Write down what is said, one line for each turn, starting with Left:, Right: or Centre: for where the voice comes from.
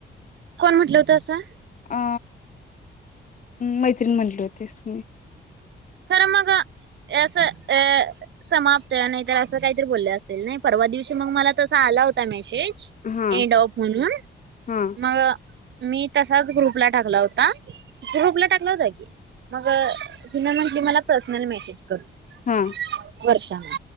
Right: कोण म्हटलं होतं असं.
Left: अ मैत्रीण म्हटले होतेस म.
Right: खरं मग असं अ. समाप्त नाही तर असं, काहीतरी बोलले असतील नाही, परवा दिवशी मग मला तसा आला होता मेसेज.
Left: हा
Right: ए डॉप म्हणून
Left: हा
Right: मग. मी तसाच ग्रुपला टाकला होता, ग्रुपला टाकला होता, की मग तिन म मी मला पर्सनल, मेसेज करते
Left: हा
Right: वर्षां.